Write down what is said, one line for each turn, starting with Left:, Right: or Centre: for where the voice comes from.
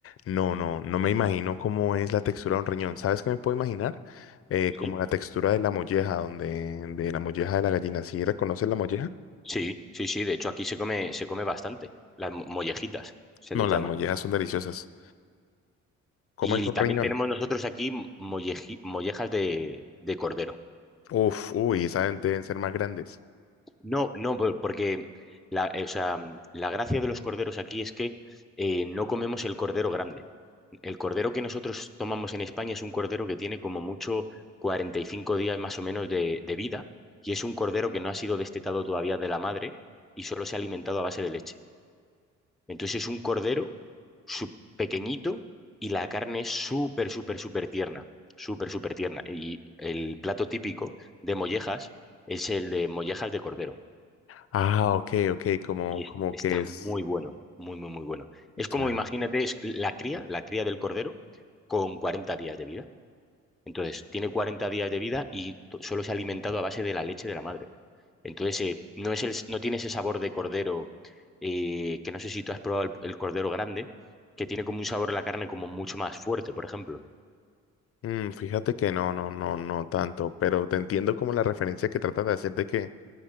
Left: No, no, no me imagino cómo es la textura de un riñón. ¿Sabes qué me puedo imaginar? Eh,
Centre: Sí.
Left: como la textura de la molleja, donde, de la molleja de la gallina. ¿Sí reconoces la molleja?
Centre: Sí, sí, sí. De hecho, aquí se come, se come bastante. Las mo- mollejitas, se
Left: No,
Centre: les
Left: las
Centre: llama.
Left: mollejas son deliciosas. ¿Cómo
Centre: Y
Left: es un
Centre: también
Left: riñón?
Centre: tenemos nosotros aquí molleji- mollejas de, de cordero.
Left: Uf, uy, esas deben ser más grandes.
Centre: No, no, por- porque la, eh, o sea, la gracia de los corderos aquí es que eh, no comemos el cordero grande. El cordero que nosotros tomamos en España es un cordero que tiene como mucho 45 días más o menos de, de vida y es un cordero que no ha sido destetado todavía de la madre y solo se ha alimentado a base de leche. Entonces es un cordero su- pequeñito y la carne es súper, súper, súper tierna, súper, súper tierna. Y el plato típico de mollejas es el de mollejas de cordero
Left: Ah, ok, ok, como,
Centre: y es-
Left: como
Centre: está
Left: que es.
Centre: muy bueno, muy, muy, muy bueno. Es como,
Left: Ya.
Centre: imagínate, es la cría, la cría del cordero con 40 días de vida. Entonces, tiene 40 días de vida y to- solo se ha alimentado a base de la leche de la madre. Entonces, eh, no es el, no tiene ese sabor de cordero, eh, que no sé si tú has probado el, el cordero grande, que tiene como un sabor a la carne como mucho más fuerte, por ejemplo.
Left: Mm, fíjate que no, no, no, no tanto, pero te entiendo como la referencia que trata de hacer de que